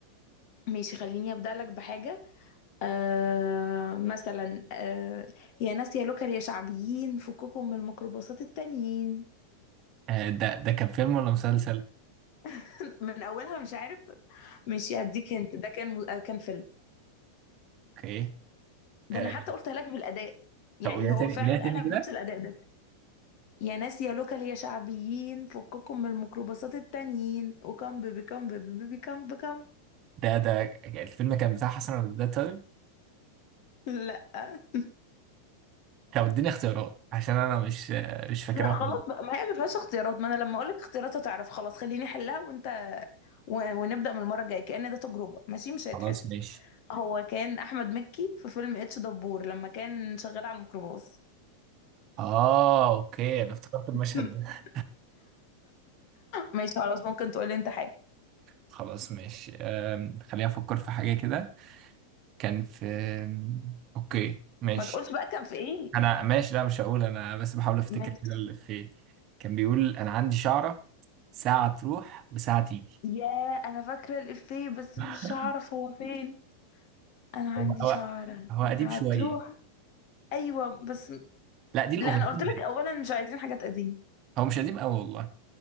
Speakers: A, on the left; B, on the right.
A: ماشي خليني ابدا لك بحاجه آه مثلا آه يا ناس يا لوكال يا شعبيين فككم من الميكروباصات التانيين
B: آه، ده ده كان فيلم ولا مسلسل
A: <laughs> من اولها مش عارف مش هديك انت ده كان م- آه، كان فيلم
B: اوكي
A: ده
B: آه،
A: انا حتى قلت لك بالاداء يعني
B: طب قوليها
A: هو
B: تاني
A: فعلا
B: قوليها تاني
A: قالها
B: كده
A: بنفس الاداء ده يا ناس يا لوكال يا شعبيين فككم من الميكروباصات التانيين وكم بيبي كم بيبي بيبي كم بكم
B: ده ده الفيلم كان بتاع حسن الرداد طيب
A: لا <laughs>
B: طب اديني اختيارات عشان انا مش آه، مش فاكرها
A: لا خلاص
B: خالص.
A: بقى ما هي ما فيهاش اختيارات ما انا لما اقول لك اختيارات هتعرف خلاص خليني احلها وانت و... ونبدا من المره الجايه كأن ده تجربه ماشي مش هيتحسب
B: خلاص ماشي
A: هو كان احمد مكي في فيلم اتش دبور لما كان شغال على الميكروباص
B: اه اوكي انا افتكرت المشهد
A: <laughs>
B: ده
A: ماشي خلاص ممكن تقولي انت حاجه
B: خلاص ماشي أم، خليني افكر في حاجه كده كان في أم، اوكي ماشي
A: ما تقولش بقى كان في ايه
B: انا ماشي لا مش هقول انا بس بحاول افتكر
A: ماشي
B: كده اللي في كان بيقول انا عندي شعره ساعه تروح وساعه تيجي
A: يا انا فاكره الافيه بس
B: <laughs>
A: مش هعرف هو فين انا
B: هو
A: عندي
B: هو
A: شعره
B: هو
A: هتروح
B: قديم شويه
A: ايوه بس
B: لا دي الاغنيه
A: لا انا قلت لك اولا مش عايزين حاجات قديمه
B: هو مش قديم قوي والله